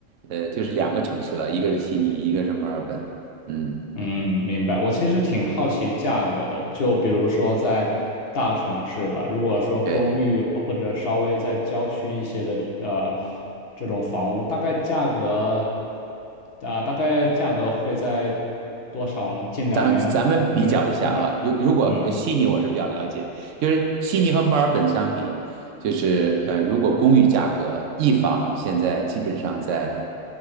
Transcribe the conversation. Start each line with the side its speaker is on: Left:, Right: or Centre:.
Right: 呃，就是两个城市了，一个是悉尼，一个是墨尔本，嗯。
Left: 嗯，明白。我其实挺好奇价格的，就比如说在大城市吧，如果说公寓或者稍微在郊区一些的呃
Right: 对。
Left: 这种房屋，大概价格啊、大概价格会在多少呢？近两年有没有增长？
Right: 咱咱们比较一下啊，如如果呃悉尼我是比较了解，
Left: 嗯
Right: 就是悉尼和墨尔本相比，就是呃，如果公寓价格一房现在基本上在